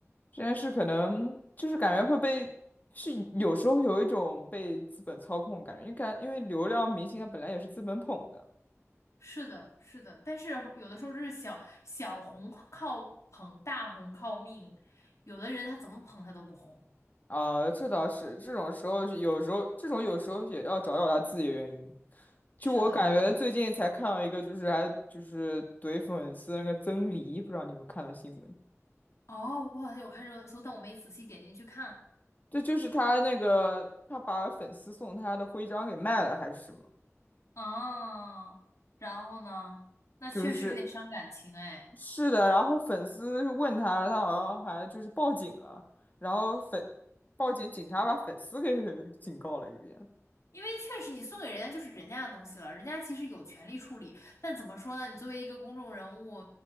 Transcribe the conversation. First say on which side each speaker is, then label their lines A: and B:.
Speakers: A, on the left (about 35°); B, on the left (about 75°).
A: 这件事可能就是感觉会被，是有时候有一种被资本操控的感觉，因为感因为流量明星他本来也是资本捧的
B: 是的，是的，但是有的时候就是小小红靠捧，大红靠命，有的人他怎么捧他都不红，
A: 啊，这倒是，这种时候有时候这种有时候也要找找他自己的原因。
B: 是的，
A: 就我感觉最近才看到一个，
B: 有，
A: 就是还就是怼粉丝那个曾黎，不知道你有没有看到新闻？
B: 哦，我好像有看热搜，但我没仔细点进去看。
A: 这就是他那个他把粉丝送他的徽章给卖了还是什么？
B: 哦，然后呢？那确实有点伤感情哎，
A: 就是是的，然后粉丝问他，他好像还就是报警了，然后粉报警，警察把粉丝给 <silence> 警告了一遍。
B: 因为确实你送给人家就是人家的东西了，人家其实有权利处理，但怎么说呢？你作为一个公众人物，